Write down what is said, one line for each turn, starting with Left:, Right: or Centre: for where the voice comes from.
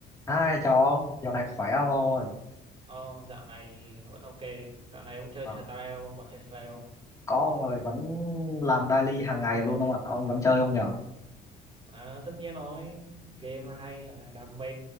Left: Hai chào ông, dạo này khỏe không ông ơi?
Right: Ồ, dạo này vẫn ok. Dạo này ông chơi
Left: Ờ,
Right: Stardew, còn chơi Stardew không?
Left: có ông ơi vẫn làm daily hàng ngày luôn không ạ? Ông vẫn chơi không nhở?
Right: À, tất nhiên rồi, game hay, à, đam mê,